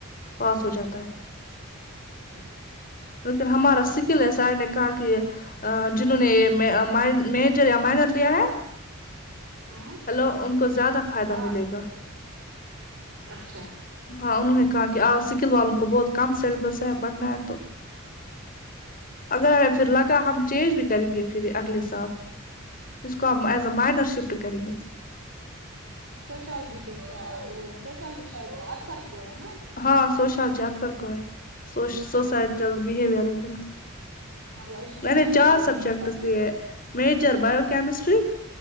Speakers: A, on the left; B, on the right.
A: پاس ہو جاتا ہے
B: ہاں
A: لیکن ہمارا سکل ہے سر نے کہا کہ جنہوں نے مائنر لیا ہے
B: ہوں
A: ہیلو ان کو زیادہ فائدہ
B: ہاں
A: ملے گا
B: اچھا
A: ہاں انہوں نے کہا کہ سکل والوں کو بہت کم سیلیبس ہے پڑھنا ہے تو اگر پھر لگا ہم چینج بھی کریں گے پھر اگلے سال اس کو ہم ایز اے مائنر شفٹ کریں گے
B: سوشالوجی پش وہ سوشالوجی شاید اطہر کو ہے نہ
A: ہاں سوشیالوجی اطہر کو ہے سوسائٹل
B: ہاں
A: بہیور وغیرہ
B: ہاں وہ ایجوکیشن
A: نہیں نہیں
B: سے
A: چار
B: ریلیٹڈ
A: سبجیکٹس
B: ہوتا ہے
A: یہ میجر باوکمیسٹری